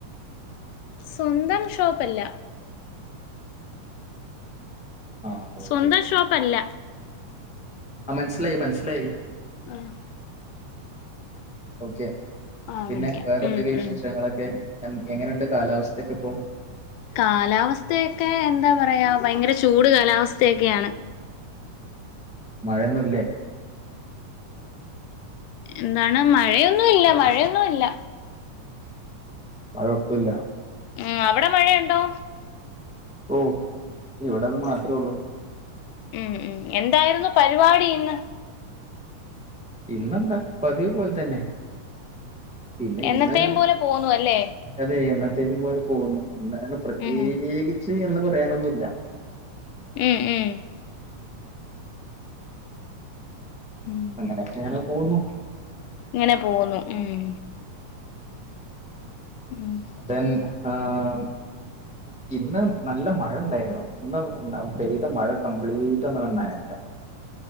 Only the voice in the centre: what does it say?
ആഹ് ഓക്കെ
ആഹ് മൻസിലായി മൻസിലായി
ഓക്കെ
പിന്നെ
വേറെ എന്തൊക്കെയാ
വിശേഷങ്ങളൊക്കെ
എ എങ്ങനെയുണ്ട് കാലാവസ്ഥക്കെ ഇപ്പൊ
മഴയൊന്നുംല്ലേ
മഴൊട്ടുംഇല്ല
ഓ ഇവിടെ അത് മാത്രേ ഉള്ളൂ
ഇന്നെന്താ പതിവ് പോലെ തന്നെ പിന്നെ
ഇന്ന്
അതെ എന്നത്തേക്കും പോലെ പോകുന്നു ഇന്നാങ്ങനെ പ്രത്യേകിച്ച്
എന്ന് പറയാനൊന്നുല്ല
അങ്ങനെയൊക്കെ ങ്ങനെ പോകന്നു
ദെൻ ആഹ് ഇന്ന് നല്ല മഴ ഉണ്ടായിരുന്നു ഇന്ന് പെയ്ത മഴ കംപ്ലീറ്റങ്ങട് നനഞ്ഞു